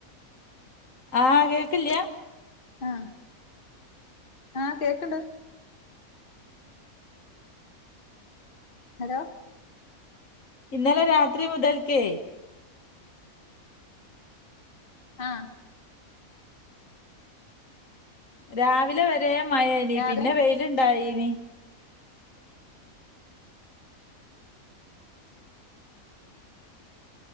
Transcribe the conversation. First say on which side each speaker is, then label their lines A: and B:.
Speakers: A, on the left; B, on the left.
A: ആഹ് കേകല്ല്യാ?
B: ആഹ് ആ കേക്കണ്ട് ഹലോ
A: ഇന്നലെ രാത്രി മുതൽക്കേ
B: ആഹ്
A: രാവിലെ വരെ മഴേനി
B: രാത്രി
A: പിന്നെ വെയില്ണ്ടായി ഉം